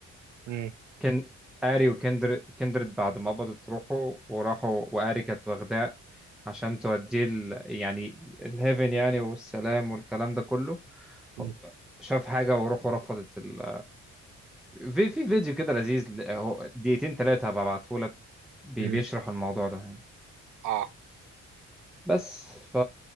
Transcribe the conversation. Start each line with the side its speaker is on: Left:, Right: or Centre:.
Right: مم.
Centre: كان آري وكندر كندرد بعد ما قبضت روحه وراحوا وآري كانت واخداه عشان توديه ال... يعني الهيفن يعني والسلام والكلام ده كله
Right: مم.
Centre: هو- شاف حاجة وروحه رفضت ال... في في فيديو كده لذيذ ل- هو دقيقتين تلاتة هبعتهولك بي...
Right: مم.
Centre: بيشرح الموضوع ده يعني.
Right: اه
Centre: بس ف